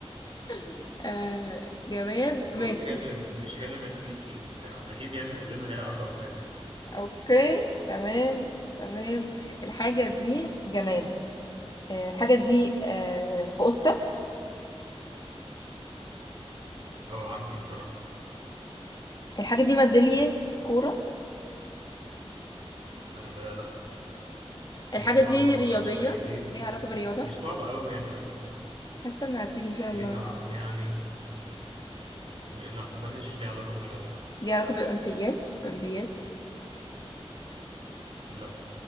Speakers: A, on the left; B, on the right.
A: <laughs> آه جماد
B: بقول
A: ماشي
B: جلب مش relevant ليكي وبتاع اكيد يعني كلنا ليها علاقة بالاكل
A: اوكي تمام تمام الحاجة دي جماد آه الحاجة دي آه في اوضتك
B: اه عندي بصراحة
A: الحاجة دي ميدالية كورة
B: آه لا
A: الحاجة
B: هي صعبة
A: دي رياضية
B: شويتين
A: ليها علاقة بالرياضة
B: مش صعبة قوي يعني بس آه،
A: حاسة انها هتيجي ان شاء الله
B: ليها يعني م- لا بلاش ليها علاقة بالرياضة لا
A: ليها علاقة بالأولمبيات أولمبيات
B: لا